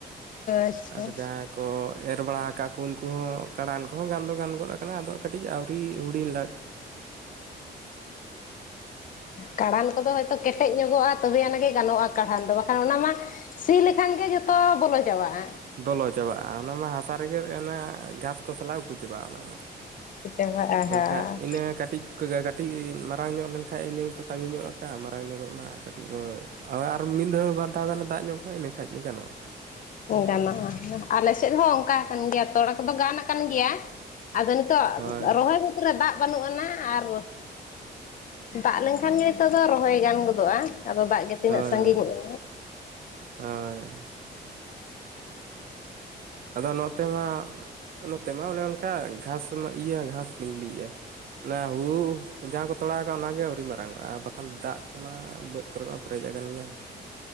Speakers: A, on the left (about 50°); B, on the right (about 55°).
A: ᱟᱪᱪᱷᱟ
B: ᱟᱨ ᱡᱟᱦᱟᱸᱭ ᱠᱚ ᱮᱨ ᱵᱟᱲᱟ ᱠᱟᱜᱼᱟ ᱠᱚ ᱩᱱᱠᱩ ᱦᱚᱸ ᱠᱟᱬᱟᱱ ᱠᱚᱦᱚᱸ ᱜᱟᱱ ᱫᱚ ᱜᱟᱱ ᱜᱚᱫ ᱠᱟᱱᱟ ᱟᱫᱚ ᱠᱟᱹᱴᱤᱡ ᱟᱹᱣᱨᱤ ᱦᱩᱰᱤᱧ ᱞᱟ
A: ᱠᱟᱬᱟᱱ ᱠᱚᱫᱚ ᱦᱚᱭᱛᱳ ᱠᱮᱴᱮᱡ ᱧᱚᱜᱚᱜ-ᱟ ᱛᱚᱵᱮ ᱟᱱᱟᱜ ᱜᱮ ᱜᱟᱱᱚᱜ-ᱟ, ᱠᱟᱬᱦᱟᱢ ᱫᱚ ᱵᱟᱠᱷᱟᱱ ᱚᱱᱟ ᱢᱟ ᱥᱤ ᱞᱮᱠᱷᱟᱱ ᱜᱮ ᱡᱚᱛᱚ ᱵᱚᱞᱚ ᱪᱟᱵᱟᱜ-ᱟ᱾
B: ᱵᱚᱞᱚ ᱪᱟᱵᱟᱜ-ᱟ ᱚᱱᱟᱢᱟ ᱦᱟᱥᱟ ᱨᱮᱜᱮ ᱚᱱᱟ ᱜᱷᱟᱥ ᱠᱚ ᱥᱟᱞᱟᱜ ᱩᱠᱩ ᱪᱟᱵᱟᱜ-ᱟ ᱚᱱᱟ ᱫᱚ᱾
A: ᱪᱟᱵᱟᱜᱼᱟ ᱦᱟᱸ
B: ᱮᱱᱠᱷᱟᱡ ᱤᱱᱟᱹ ᱠᱟᱹᱴᱤᱡ ᱠᱚᱜᱮ ᱠᱟᱹᱴᱤᱡ ᱢᱟᱨᱟᱝ ᱧᱚᱜ ᱞᱮᱱᱠᱷᱟᱡ ᱤᱱᱟᱹᱜᱮᱠᱚ ᱛᱟᱸᱜᱤ ᱧᱚᱜ ᱠᱟᱜ-ᱟ ᱢᱟᱨᱟᱝ ᱧᱚᱜᱚᱜ ᱢᱟ ᱠᱟᱹᱴᱤᱡ ᱵᱟᱹ ᱦᱳᱭ ᱟᱨ ᱢᱤᱫ ᱫᱷᱟᱣ ᱵᱟᱨ ᱫᱷᱟᱣ ᱜᱟᱱᱮ ᱫᱟᱜ ᱧᱚᱜ ᱠᱷᱟᱡ ᱤᱱᱟᱹᱠᱷᱟᱡ ᱜᱟᱱᱚᱜ-ᱟ᱾
A: ᱦᱮᱸ ᱜᱟᱱᱚᱜ-ᱟ ᱟᱞᱮ ᱥᱮᱫ ᱦᱚᱸ ᱚᱝᱠᱟ ᱠᱟᱱ ᱜᱮᱭᱟ, ᱛᱚᱲᱟ ᱠᱚᱫᱚ ᱜᱟᱱ ᱠᱟᱱ ᱜᱮᱭᱟ, ᱟᱫᱚ ᱱᱤᱛᱚᱜ
B: ᱦᱳᱭ
A: ᱨᱚᱦᱚᱭ ᱠᱷᱮᱛ ᱨᱮ ᱫᱟᱜ ᱵᱟᱹᱱᱩᱜ ᱟᱱᱟ ᱟᱨ ᱫᱟᱜ ᱞᱮᱱᱠᱷᱟᱱ ᱜᱮ ᱱᱤᱛᱚᱜ ᱫᱚ ᱨᱚᱦᱚᱭ ᱜᱟᱱ ᱜᱚᱫᱚᱜ-ᱟ, ᱟᱫᱚ ᱫᱟᱜ ᱜᱮ ᱛᱤᱱᱟᱹᱜ
B: ᱦᱳᱭ
A: ᱥᱟᱺᱜᱤᱧᱚᱜᱼᱟ?
B: ᱦᱳᱭ ᱦᱳᱭ᱾ ᱟᱫᱚ ᱱᱚᱛᱮ ᱢᱟ ᱱᱚᱛᱮ ᱢᱟ ᱚᱱᱮ ᱚᱝᱠᱟ ᱜᱷᱟᱥ ᱢᱟ ᱤᱭᱟᱹ ᱜᱷᱟᱥ ᱠᱤᱱ ᱞᱟᱹᱭᱮᱜᱼᱟ, ᱚᱱᱟ ᱦᱩᱲᱩ ᱡᱟᱦᱟᱸ ᱠᱚ ᱛᱚᱲᱟᱣ ᱠᱟᱜ ᱚᱱᱟᱜᱮ ᱟᱹᱣᱨᱤ ᱢᱟᱨᱟᱝᱚᱜ-ᱟ, ᱵᱟᱠᱷᱟᱱ ᱫᱟᱜ ᱠᱚᱢᱟ ᱵᱟᱹᱫ ᱠᱚᱨᱮ ᱢᱟ ᱯᱮᱨᱮᱡ ᱠᱟᱱ ᱜᱮᱭᱟ᱾ <inaudible>